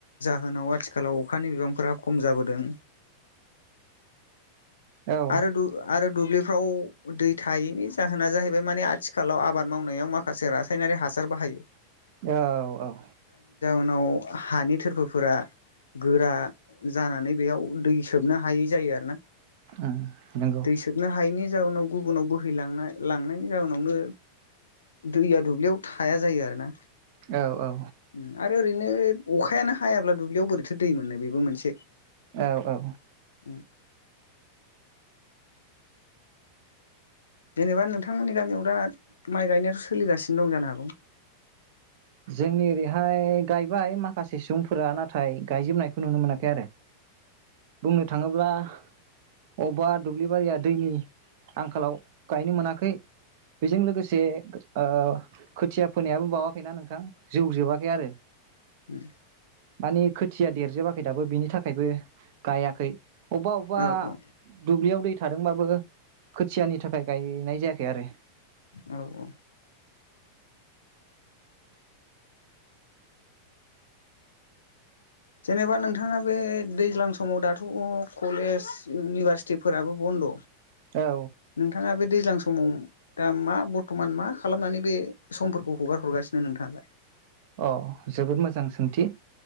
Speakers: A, on the left; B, on the right.
A: होनाव आथिखालाव अखानि बिबांफोरा खम जाबोदों।
B: औ
A: आरो दु आरो दुब्लिफ्राव दै थायैनि जाहोना जाहैबाय माने आथिखालाव आबाद मावनायाव माखासे रासायनारि हासार बाहायो।
B: औ औ ।
A: नाव हानि थोरफोफोरा गोरा जानानै बेयाव दै सोबनो हायै जायो आरोना।
B: उम नंगौ
A: दै सोबनो हायैनि जाउनाव गुबुनाव बोहैलांना लांनायनि जाहोनावनो दैया दुब्लियाव थाया जायो आरो ना।
B: औ औ
A: उम आर ओरैनो अखायानो हायाब्ला दुब्लियाव बोरैथो दै मोनो बेबो मोनसे
B: औ औ।
A: उम जेनेबा नोंथांमोननि गामियाव दा माइ गायनायाथ' सोलिगासिनो दं जानो हागौ।
B: जोंनि ओरैहाय गायबाय माखासे सुबुंफोरा नाथाय गायजोबनायखौ नुनो मोनाखै आरो बुंनो थाङोब्ला अबावबा दुब्लिबारिया दैनि आंखालाव गायनो मोनाखै बेजों लोगोसे ओ खोथिया फोनायाबो बावाखैना नों थां जौ जोबाखै आरो।
A: उम
B: मानि खोथ थिया देरजोबाखै दाबो बिनि थाखायबो गायाखै अबेबा अबेबा
A: औ औ
B: दुब्लियाव दै थादोंबाबो खोथियानि थाखाय गायनाय जायाखै <unintelligible> आरो
A: औ औ जेनेबा नोंथाङा बे दैज्लां समाव दाथ' कलेज इउनिभारसिटि फोराबो बन्द'
B: औ
A: नोंथाङा बे दैज्लां समाव दा मा बर्थ'मान मा खालामनानै बे समफोरखौ हगार हरगासिनो नोंथांङालाय
B: अ जोबोद मोजां सोंथि